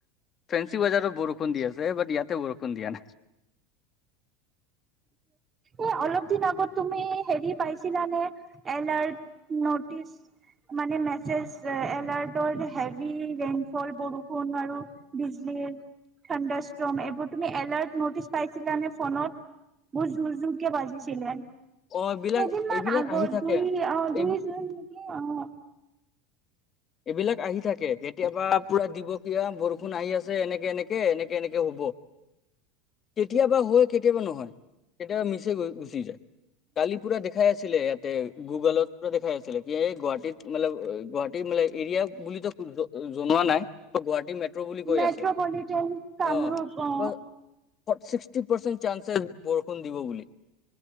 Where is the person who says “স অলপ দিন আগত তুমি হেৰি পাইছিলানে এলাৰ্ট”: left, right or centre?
Right